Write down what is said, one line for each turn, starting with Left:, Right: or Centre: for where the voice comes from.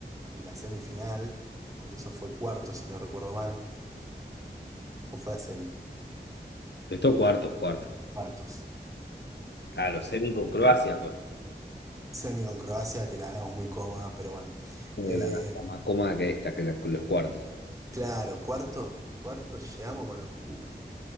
Right: en la semifinal, porque eso fue cuartos si no recuerdo mal, o fue la semi,
Left: Estos cuartos, cuartos.
Right: cuartos.
Left: Claro, semi con Croacia fue.
Right: Semi con Croacia, que la ganamos muy cómoda, pero bueno.
Left: Eh,
Right: Eh,
Left: La, la más cómoda que esta, que la- con los cuartos.
Right: claro, cuarto, cuarto llegamos con los justos,